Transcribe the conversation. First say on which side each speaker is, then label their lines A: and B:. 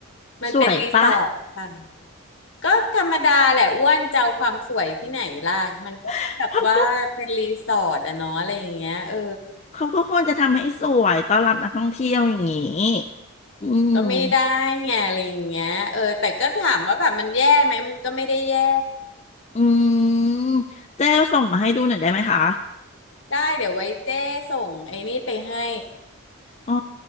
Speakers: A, on the left; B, on the left.
A: มันเป็นรีสอร์ทค่ะ
B: สวยปะ
A: ก็ธรรมดาแหละอ้วนจะเอาความสวยที่ไหนล่ะมันก็แบบว่าเป็นรีสอร์ทอะเนาะอะไรอย่างเงี้ยเออ
B: <laughs> เขาก็ เขาก็ควรจะทำให้สวยต้อนรับนักท่องเที่ยวอย่างนี้อืม
A: ก็ไม่ได้ไงอะไรอย่างเงี้ยเออแต่ก็ถามว่าแบบมันแย่ไหมมันก็ไม่ได้แย่
B: อืมเจ๊ส่งมาให้ดูหน่อยได้ไหมคะ
A: เออได้เดี๋ยวไว้เจ้ส่งไอ้นี่ไปให้
B: อ๋อ